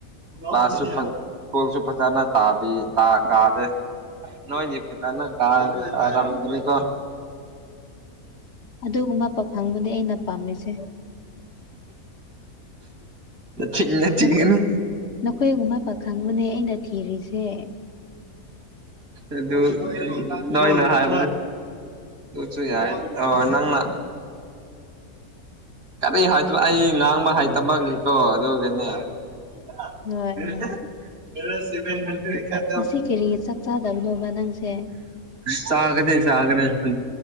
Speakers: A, on the right; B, on the left.
A: ꯀ꯭ꯂꯥꯁꯁꯨ ꯐ ꯁ꯭ꯀꯨꯜꯁꯨ ꯐꯖꯅ ꯇꯥꯕꯤ ꯇꯥ ꯀꯥꯗꯦ ꯅꯣꯏꯗꯅ ꯀꯥ ꯀꯥꯔꯝꯒꯅꯤ ꯀꯣ
B: ꯑꯗꯨꯒꯨꯝꯕ ꯄꯥꯈꯪꯕꯨꯅꯦ ꯑꯩꯅ ꯄꯥꯝꯂꯤꯁꯦ
A: ꯆꯤꯡꯅ ꯆꯤꯡꯒꯅ
B: ꯅꯈꯣꯏ ꯅꯈꯣꯏꯒꯨꯝꯕ ꯄꯥꯈꯪꯕꯅꯦ ꯑꯩꯅ ꯊꯤꯔꯤꯁꯦ
A: ꯑꯗꯨ ꯂꯣꯏ ꯂ ꯍꯥꯏ ꯁꯨ ꯌꯥꯏ ꯑ ꯅꯪꯅ ꯀꯔꯤ ꯍꯥꯏꯗꯣ ꯑꯩ ꯉꯥꯡꯕ ꯍꯥꯏꯇꯕꯒꯦꯀꯣ ꯑꯗꯨꯒꯒꯤꯅꯦ ꯃ
B: ꯍꯣꯏ
A: ꯁꯤꯃ
B: ꯍꯣꯏ
A: ꯃꯔꯤ
B: ꯉꯁꯤ ꯀꯔꯤ ꯆꯥꯛ ꯆꯥꯗꯕꯅꯣꯕ ꯅꯪꯁꯦ
A: ꯆꯥꯒꯅꯦ ꯆꯥꯒꯅꯦ ꯍꯧ